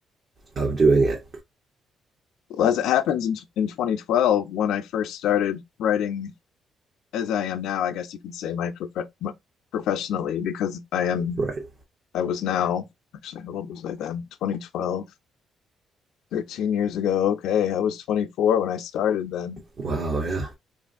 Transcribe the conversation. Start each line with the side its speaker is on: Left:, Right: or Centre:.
Right: of doing it
Left: well, as it happens in, t- in 2012, when I first started writing as I am now, I guess you could say my prof my- professionally, because I am
Right: right
Left: I was now, actually, how old was I then? 2012, 13 years ago. Okay. I was 24 when I started then.
Right: wow yeah